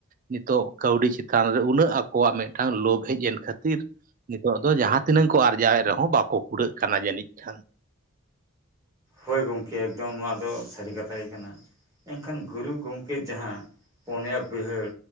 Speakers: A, on the right; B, on the right.
A: ᱱᱤᱛᱚᱜ ᱠᱟᱹᱣᱰᱤ ᱪᱮᱛᱟᱱ ᱨᱮ ᱩᱱᱟᱹᱜ ᱟᱠᱚᱣᱟᱜ ᱢᱤᱫᱴᱟᱝ ᱞᱳᱵᱷ ᱦᱮᱡ ᱮᱱ ᱠᱷᱟᱹᱛᱤᱨ ᱱᱤᱛᱚᱜ ᱫᱚ ᱡᱟᱦᱟᱸ ᱛᱤᱱᱟᱹᱝ ᱠᱚ ᱟᱨᱡᱟᱣᱮᱫ ᱨᱮᱦᱚᱸ ᱵᱟᱠᱚ ᱠᱩᱲᱟᱹᱜ ᱠᱟᱱᱟ ᱡᱟᱹᱱᱤᱡ ᱠᱷᱟᱱ᱾
B: ᱦᱳᱭ ᱜᱚᱢᱠᱮ ᱮᱠᱫᱚᱢ ᱱᱚᱣᱟ ᱫᱚ ᱥᱟᱹᱨᱤ ᱠᱟᱛᱷᱟ ᱜᱮ ᱠᱟᱱᱟ ᱮᱱᱠᱷᱟᱱ ᱜᱩᱨᱩ ᱜᱚᱢᱠᱮ ᱡᱟᱦᱟᱸ ᱯᱚᱱᱭᱟ ᱵᱟᱹᱭᱦᱟᱹᱲ